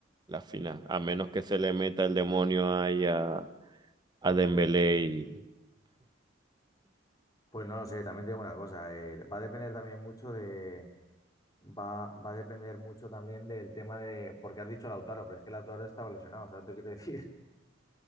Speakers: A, on the right (about 20°); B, on the left (about 20°).
A: la final, a menos que se le meta el demonio ahí a, a Dembélé y...
B: pues no lo sé, también te digo una cosa, eh, va a depender también mucho de, va, va a depender mucho también del tema de, porque has dicho Lautaro, pero es que Lautaro estaba lesionado, ¿sabes lo que te quiero decir? <laughs>